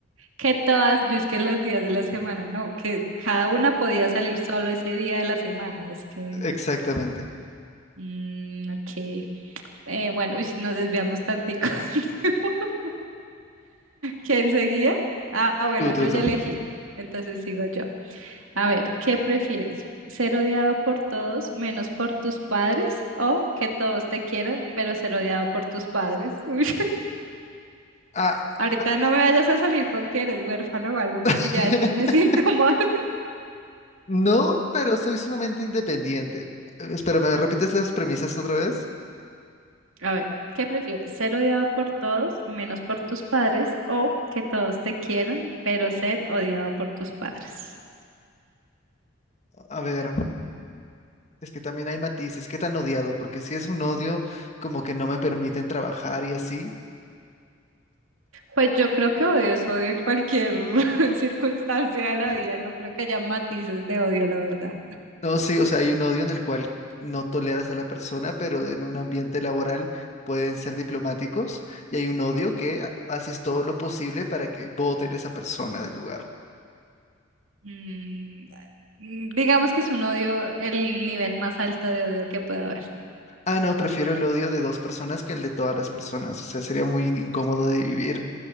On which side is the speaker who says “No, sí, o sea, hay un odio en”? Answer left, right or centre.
Left